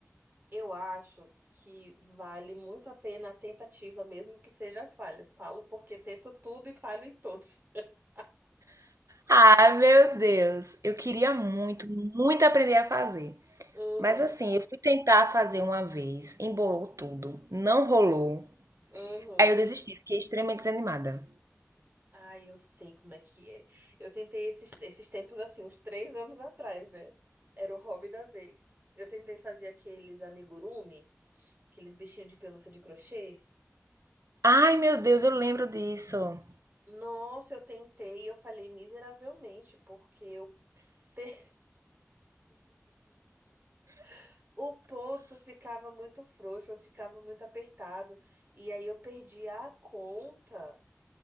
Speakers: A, on the right; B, on the right.
A: Eu acho que vale muito a pena a tentativa, mesmo que seja falha. Falo porque tento tudo e falho em todos. <laughs>
B: Ai, meu Deus, eu queria muito, muito aprender a fazer.
A: Uhum,
B: Mas assim, eu fui tentar fazer uma vez, embolou tudo, não rolou.
A: uhum.
B: Aí eu desisti, fiquei extremamente desanimada.
A: Ai, eu sei como é que é. Eu tentei esses, esses tempos assim, uns três anos atrás, né? Era o hobby da vez. Eu tentei fazer aqueles amigurumi, aqueles bichinhos de pelúcia de crochê.
B: Ai, meu Deus, eu lembro disso.
A: Nossa, eu tentei e eu falei miseravelmente, porque eu te- <laughs> o ponto ficava muito frouxo, eu ficava muito apertado, e aí eu perdi a conta,